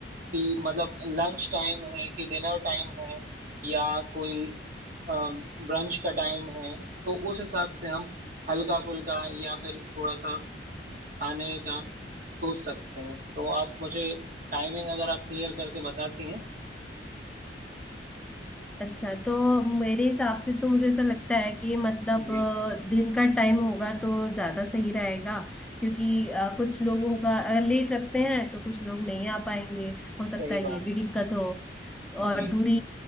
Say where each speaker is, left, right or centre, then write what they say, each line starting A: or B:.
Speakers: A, on the right; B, in the centre.
A: कि मतलब लंच टाइम है कि डिनर टाइम है या कोई ब्रंच का टाइम है तो उस हिसाब से हम हल्का फुल्का या फिर थोड़ा सा खाने का सोच सकते हैं तो आप मुझे टाइमिंग अगर आप क्लियर करके बताती हैं
B: अच्छा तो मेरे हिसाब से तो मुझे ऐसा लगता है कि मतलब
A: जी
B: अ, दिन का टाइम होगा तो ज्यादा सही रहेगा क्योंकि अ, कुछ लोग होगा अगर लेट रखते हैं तो कुछ लोग नहीं आ पाएंगे हो सकता
A: सही
B: है
A: बात
B: ये भी
A: है
B: दिक्कत हो और
A: जी
B: दूरी